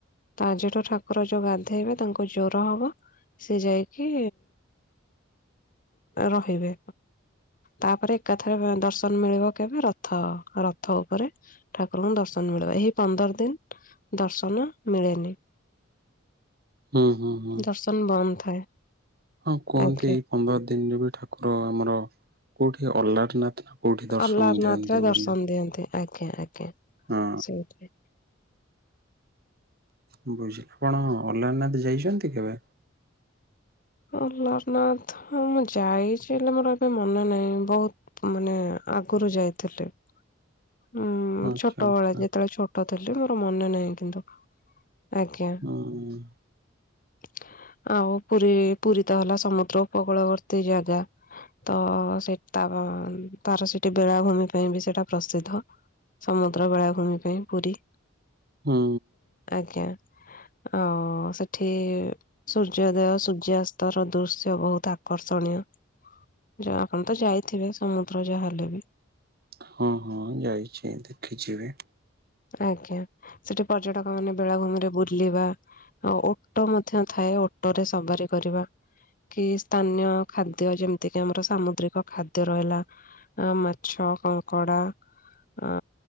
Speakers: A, on the left (about 45°); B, on the right (about 50°).
A: ଆଜିଠୁ ଠାକୁର ଯୋଉ ଗାଧେଇବେ ତାଙ୍କୁ ଜର ହବ ସେ ଯାଇକି ରହିବେ ତାପରେ ଏକାଥରେ ଦର୍ଶନ ମିଳିବ କେବେ ରଥ ର ଥ ଉପରେ ଠାକୁରଙ୍କୁ ଦର୍ଶନ ମିଳିବ ଏହି ପନ୍ଦର ଦିନ ଦର୍ଶନ ମିଳେନି।
B: ହୁଁ ହୁଁ ହୁଁ
A: ଦର୍ଶନ ବନ୍ଦ ଥାଏ।
B: ହଁ କୁହନ୍ତି
A: ଆଜ୍ଞା।
B: ଏଇ ପନ୍ଦର ଦିନରେ ବି ଠାକୁର ଆମର କୋଉଠି ଅଲ୍ଲାର ନାଥ ନା କୋଉଠି ଦର୍ଶନ
A: ଅଲାରନାଥରେ
B: ଦିଅନ୍ତି
A: ଦର୍ଶନ
B: ବୋଲି
A: ଦିଅନ୍ତି ଆଜ୍ଞା ଆଜ୍ଞା
B: ହଁ
A: ସେଇଠି।
B: ବୁଝିଲ କଣ ଅଲାରନାଥ ଯାଇଚନ୍ତି କେବେ?
A: ଅହ୍ଲାରନାଥ ହଁ ମୁଁ ଯାଇଛି ହେଲେ ମୋର ଏବେ ମନେ ନାହିଁ ବହୁତ ମାନେ ଆଗରୁ ଯାଇଥିଲି। ହୁଁ
B: ଆଚ୍ଛା
A: ଛୋଟବେଳେ
B: ଆଚ୍ଛା
A: ଯେତେବେଳେ ଛୋଟ ଥିଲି ମୋର ମନେ ନାହିଁ କିନ୍ତୁ ଆଜ୍ଞା।
B: ଉଁ ଉଁ
A: <inaudible> ଆଉ ପୁରୀ ପୁରୀ ତ ହେଲା ସମୁଦ୍ର ଉପକୂଳବର୍ତ୍ତୀ ଜାଗା ତ ସେଟ ତାର ସେଠି ବେଳାଭୂମି ପାଇଁ ବି ସେଇଟା ପ୍ରସି ଆଉ ସମୁଦ୍ର ବେଳାଭୂମି ପାଇଁ ପୁରୀ
B: ହୁଁ
A: ଆଜ୍ଞା ଅ ହ ସେଠି ସୂର୍ଯ୍ୟୋଦୟ ସୂର୍ଯ୍ୟାସ୍ତର ଦୃଶ୍ୟ ବହୁତ ଆକର୍ଷଣୀୟ। ଯ ଆପଣ ତ ଯାଇଥିବେ ସମୁଦ୍ର ଯାହା ହେଲେ ବି।
B: ହଁ ହଁ ଯାଇଛି ଦେଖିଚି ବି।
A: ଆଜ୍ଞା, ସେଠି ପର୍ଯ୍ୟଟକ ମାନେ ବେଳାଭୂମି ରେ ବୁଲିବା, ଆ ଓଟ ମଧ୍ୟ ଥାଏ। ଓଟ ରେ ସବାରି କରିବା। କି ସ୍ଥାନୀୟ ଖାଦ୍ୟ ଯେମିତି କିି ଆମର ସାମୁଦ୍ରିକ ଖାଦ୍ୟ ରହିଲା, ମାଛ କଙ୍କଡ଼ା ଆ